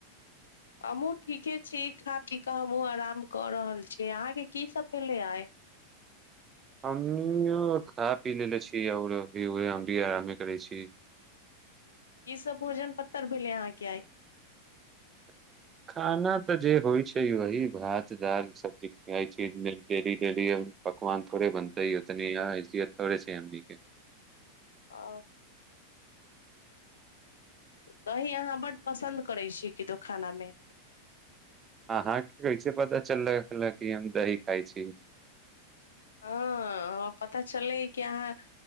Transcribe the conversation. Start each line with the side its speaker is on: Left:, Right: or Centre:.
Left: हमहूँ ठीके छी खा पी कऽ हमहूँ आराम कऽ रहल छियै अहाँके कीसभ भेलै आइ
Right: हम खा पी लेले छी आओर अभी वेहै हम भी आरमे करै छी
Left: की सब भोजन पत्तर भेले आहाँ के आय
Right: <inaudible> खाना तऽ जे होइ छै वही भात दाल सबजी खइ छी डेली डेली पकवान थोड़े बनतै तनी या हैसियत थड़े छै एमनी के
Left: ओ दही अहाँ बड्ड पसन्द करै छियै किदु खाना मे
Right: अहाके कैसे पता चललक की हम दही खाय छी
Left: हँ हमरा पता चललै की अहाँ